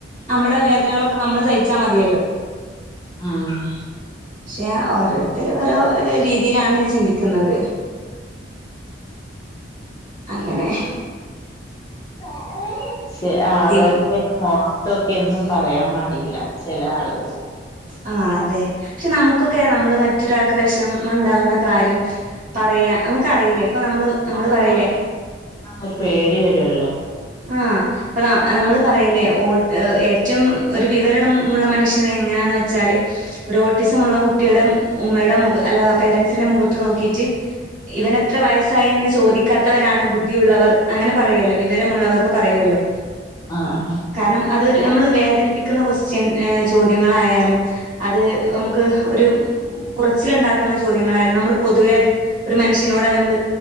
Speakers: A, on the right; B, on the left.
A: നമ്മുടെ വേദനകളൊക്കെ നമ്മൾ സഹിച്ചാൽ മതിയല്ലോ
B: ഉം
A: പക്ഷെയാ ഓരോരുത്തരും ഓരോ രീതി ഇതിലാണ് ചിന്തിക്കുന്നത് അങ്ങനെ
B: <unintelligible> ശ ആളോക്ക
A: പിൻ
B: <unintelligible> തൊക്കെ എന്നും പറയാൻ മടിയില്ലാച്ച് ചെല ആളുകൾ
A: ആ അതെ ക്ഷെ നമുക്കൊക്കെ നമ്മള് മ റ്റൊരാക്ക് വെഷമംണ്ടാകണ കാര്യം പറയാ ഊ ക്ക അറിയില ഇപ്പ നമ്മള് നമ്മള് പറയിലേ
B: ഒരു പേടി വരുവെല്ലോ
A: ആഹ് ഇപ്പ ന്ന നമ്മള് പറയലേ ഓ ഏഹ് ഏറ്റവും ഒര് വിവരണമുള്ള മനുഷ്യനെങ്ങനാന്ന് വെച്ചാല് ഒരോട്ടിസമുള്ള കുട്ടിയുടെ ഉമ്മേടെ മുഖ അല്ല പേരൻസിന്റെ മുഖത്ത് നോക്കീറ്റ് ഇവനെത്ര വയസ്സായ് എന്ന് ചോദിക്കാത്തവരാണ് ബുദ്ധിയുള്ളവർ അങ്ങനെ പറയുവല്ലോ വിവര മുള്ളവർന്ന് പറയുവല്ലോ.
B: ആഹ് ആഹ്
A: കാരണം അത് നമ്മള് വേ നിപ്പിക്കുന്ന ക്വൊസ്റ്റ്യൻ ചോദ്യങ്ങളായാലും അത് നമ്മുക്ക് ഒരു കുറച്ചിലൊണ്ടാക്കുന്ന ചോദ്യങ്ങളായാലും നമ്മള് പൊതുവേ അത് ഒരു മനുഷ്യനോട് അത് നമ്മള്